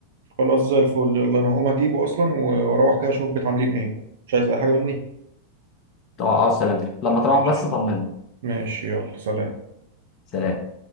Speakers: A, on the right; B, on the left.
A: خلاص زي الفل يلا انا هقوم اجيبه اصلا و- واروح كده اشوف البيت عاملين ايه مش عايز اي حاجه مني
B: طب اه سلامتك لما تروح
A: ماشي
B: بس طمني
A: ماشي يلا سلام
B: سلام